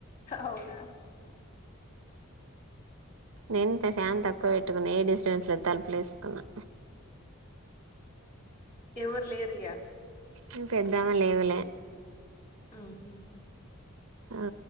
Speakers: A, on the left (about 40°); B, on the right (about 85°).
A: అవునా
B: నేను త ఫ్యాన్ తక్కువ పెట్టుకున్నా, ఏ డిస్టర్బెన్స్ లేదు తలుపులేసుకున్నా.
A: ఎవరు లేరిగా?
B: మీ పెద్దమ్మ లేదు లే
A: ఊహ్మ్
B: ఆ